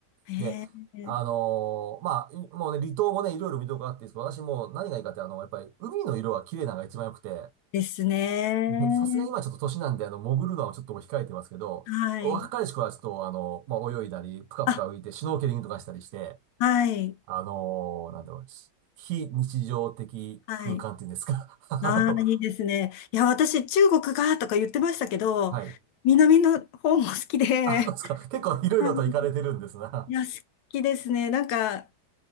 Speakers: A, on the left; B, on the right.
A: ええ。
B: で、あのーまあ、いもうね、離島もね、いろいろ見どころあっていいんですけど、私もう何がいいかって、あの、やっぱり海の色が綺麗なのが一番良くて、
A: ですね。
B: でさすがに今ちょっと年なんで、あの、潜るのはちょっと控えてますけど、
A: はい。
B: 若い子はちょっと、あの、まあ、泳いだり、ぷかぷか浮いて、
A: あ、
B: シュノーケリングとかしたりして、
A: はい。
B: あのーなんだろう、非日常的空間っていうんですか。
A: はい。
B: <laughs> あの
A: ああー、いいですね。いや、私、中国がとか言ってましたけど、
B: はい。
A: 南の方も好きで、
B: あ、そうですか。結構いろいろと行かれてるんですな。
A: <laughs> うんいや、好きですね。なんか、